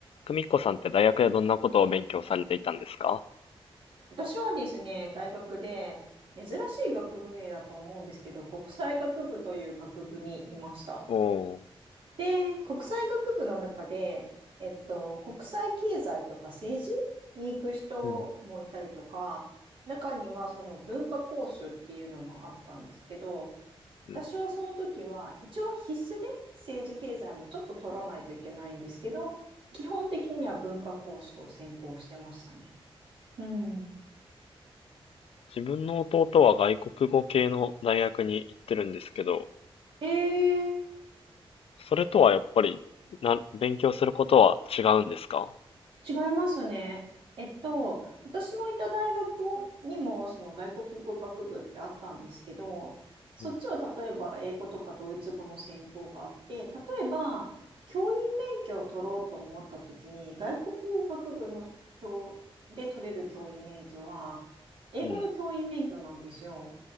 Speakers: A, on the left; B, on the right.
A: 久美子さんって大学でどんなことを勉強されていたんですか
B: 私はですね、大学で珍しい学部名だと思うんですけど、国際学部という学部にいました。
A: おー
B: で、国際学部の中で、えっと、国際経済とか政治に行く人もいたりとか、
A: うん
B: 中にはその文化コースっていうのもあったんですけど、
A: うん。
B: 私はその時は一応必須で政治経済もちょっと取らないといけないんですけど、基本的には文化コースを専攻してましたね。うん。
A: 自分の弟は外国語系の大学に行ってるんですけど、
B: えー
A: それとはやっぱり、な、勉強することは違うんですか
B: 違いますね。えっと、私のいた大学にもその外国語学部ってあったんですけど、そっちは例えば英語とかドイツ語の専攻があって、
A: うん。
B: 例えば教員免許を取ろうと思った時に、外国語学部の教で取れる教員免許は、英語の教員免許なんですよ。
A: うん。